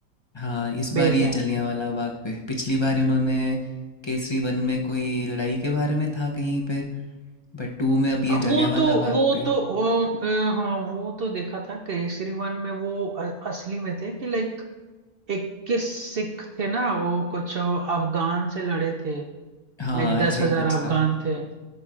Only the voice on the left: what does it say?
हाँ इस बार
ये
जलियांवाला बाग पे पिछली बार उन्होंने केसरी वन में कोई लड़ाई के बारे में था कहीं पे बट टू में अब ये
जलियांवाला
बाग
पे है।
हाँ
ऐसा ही
कुछ
था